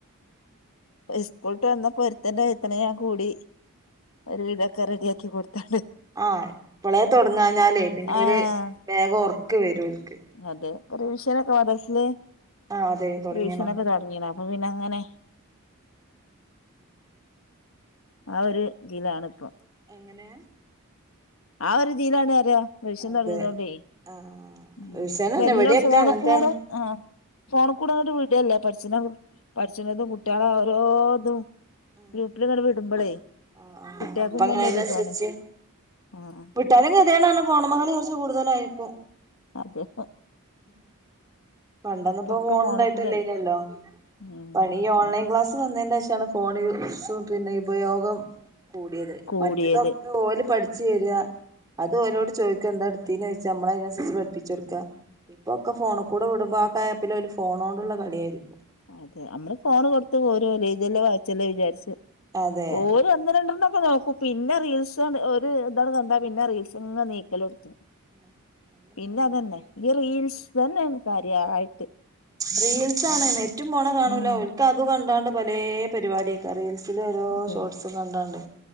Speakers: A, on the left (about 70°); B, on the right (about 15°).
A: സ്കൂള്ട്ട് വന്നപൊ ഒരുത്തന്റെ വയത്തിനെ ഞാൻ കൂടി ഒരുവിതക്കെ റെഡിയാക്കി കൊട്ത്തോണ്ട്
B: ആഹ് ഇപ്പളേ തൊടങ്ങാഞ്ഞാലെ പിന്നെ
A: ആഹ്
B: ഓല് വേഗം ഒറ്ക്ക് വരും ഓൽക്ക്
A: അതെ റിവിഷനൊക്ക മദർസില്
B: ആഹ് അതെ തൊടങ്ങീണോ
A: റിവിഷനൊക്ക തൊട്ങ്ങീണ് അപ്പൊ പിന്നെ ഇങ്ങനെ
B: ഉം ഉ
A: ആഹ് ഒര് ഇതിലാണ് ഇപ്പൊ
B: എങ്ങനേ
A: ആഹാ ഒര് ഇതിലാണ് അറയ റിവിഷം
B: അതെ
A: തൊട്ങ്ങീതോണ്ടേ
B: ആഹ്
A: ഉം
B: ട്യൂഷനെന്നെ
A: ഇപ്പ എല്ലൊം
B: ഇവടെയൊക്കെ
A: ഫോണി
B: അങ്ങൻത്തെന്നെ
A: കൂടെ ആഹ് ഫോണി കൂട അങ്ങ്ട്ട് വിടല്ലെ പഠ്ച്ച്ണ പഠിച്ച്ണതും കുട്ടീള ഓരോതും
B: ഉം
A: ഗ്രൂപ്പില്ങ്ങന
B: അതന്നെ
A: വിടുമ്പളെ
B: ആഹ് ആഹ്
A: കുട്ടീക്കും
B: ഇപ്പങ്ങനെ
A: തന്നെ
B: അയ്നൻസരിച്ച്
A: ഒര് ഇതാണ് ആഹ്
B: വിട്ടാലും കത്യേടാണ് ഫോണ്മ്മകളി കൊറ്ച്ച് കൂടുതലായപ്പൊ
A: അതെപ്പൊ
B: അതെ പണ്ടന്നിപ്പൊ
A: ഇപ്പൊക്കെ
B: ഫോണ് ഇണ്ടായ്ട്ടല്ലേനലൊ
A: കൂടല്ലേ ഉം
B: പണി ഈ ഓൺലൈൻ
A: അതെ
B: ക്ലാസ് വന്നീന്റേഷാണ് ഫോൺ യൂസും പിന്ന ഉപയോഗം കൂടിയേത്
A: കൂടിയത്
B: മറ്റതൊക്കെ ഓല് പഠിച്ച് വര അത് ഓലോട് ചോയിക്ക എന്താ ഇട്ത്തീനെ ചോദിച്ചാ നമ്മള അതിനൻസരിച്ച് പഠിപ്പിച്ചൊട്ക്ക ഇപ്പൊക്ക ഫോണ് കുട വിടുമ്പൊ ആഹ് ക്യാപ്പിലോല് ഫോണോണ്ട്ള്ള കളിയായിരിക്കും
A: അതെ നമ്മള് ഫോണ് കൊടുത്ത് പോരു എഴ്തല്ലെ വായിച്ചല്ലെ വിചാരിച്ച്
B: അതെ
A: ഓല് ഒന്ന് രണ്ടണ്ണൊക്ക നോക്കും പിന്ന റീൽസ് ഒര് ഇതണ് കണ്ടാ പിന്നെ റീൽസ്ങ് നീക്കലൊട്ത്തു
B: അതന്നെ
A: പിന്ന അതന്നെ
B: ഓൽക്ക്
A: ഈ റീൽസ് തന്നേണ് കാര്യായിട്ട്
B: റീൽസാണ് നെറ്റും പോണ കാണൂല
A: ഉം
B: ഓൽക്ക് അത് കണ്ടാണ്ട് പലേ പരിപാടി റീൽസില് ഓരോ
A: അതെ
B: ഷോർട്സും കണ്ടാണ്ട്